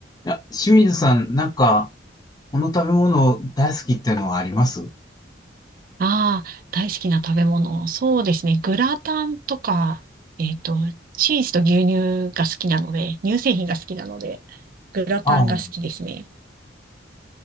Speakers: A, on the left (about 20°); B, on the right (about 45°).
A: いや、清水さん、なんか、この食べ物大好きっていうのはあります
B: ああ、大好きな食べ物。そうですね。グラタンとか、えっと、チーズと牛乳が好きなので、乳製品が好きなので、グラタンが好きですね。
A: ああ、